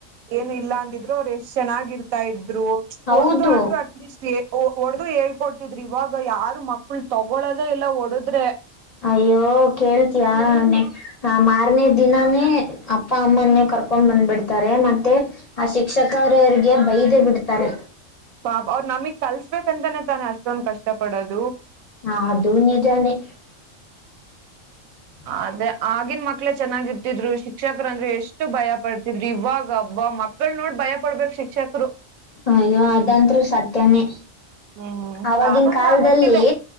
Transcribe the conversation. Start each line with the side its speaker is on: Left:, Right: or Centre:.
Right: ಏನು ಇಲ್ಲ ಅಂದಿದ್ರು ಅವರ್ ಎಷ್ಟ್ ಚೆನ್ನಾಗಿರ್ತಾ ಇದ್ರು
Left: ಹೌದು
Right: ಹೊಡ್ದ ಆದ್ರು <inaudible> ಒಡ್ದು ಹೇಳ್ಕೊಡ್ತಿದ್ರಿ ಇವಾಗ ಯಾರು ಮಕ್ಳ ತಗೊಳದೆ ಇಲ್ಲ ಒಡುದ್ರೆ.
Left: ಅಯ್ಯೋ ಕೇಳ್ತ್ಯ ನೆ ಅ ಮಾರ್ನೆೇ ದಿನಾನೇ ಅಪ್ಪ ಅಮ್ಮನ್ನೇ ಕರ್ಕೊಂಡ್ ಬಂದ್ಬಿಡ್ತಾರೆ ಮತ್ತೆ ಆ ಶಿಕ್ಷಕರು ಎರ ಬೈರೆ ಬಿಡ್ತಾರೆ.
Right: ಹಾ ಅವ್ರು ನಮಿಗ್ ಕಲ್ಸ್ಬೇಕಂತಾನೇ ತಾನೆ ಅಷ್ಟೊಂದ್ ಕಷ್ಟ ಪಡೋದು.
Left: ಅದು ನಿಜಾನೆ. <inaudible>
Right: ಅದೆ ಆಗನ್ ಮಕ್ಳೇ ಚೆನ್ನಾಗಿ ಇರ್ತಿದ್ರು ಶಿಕ್ಷಕರ ಅಂದ್ರೆ ಎಷ್ಟು ಭಯ ಪಡ್ತಿದ್ರು ಇವಾಗ ಹಬ್ಬ ಮಕ್ಕಳ ನೋಡ್ ಭಯ ಪಡ್ಬೇಕಕ್ ಶಿಕ್ಷಕರು
Left: ಅಯ್ಯೋ ಅದಂತರು ಸತ್ಯನೇ
Right: ಹ್ಮ್
Left: ಆವಾಗಿನ
Right: ಕಾಲಂಗ
Left: ಕಾಲದಲ್ಲಿ
Right: ಆಗೋಗ್ತಿದೆ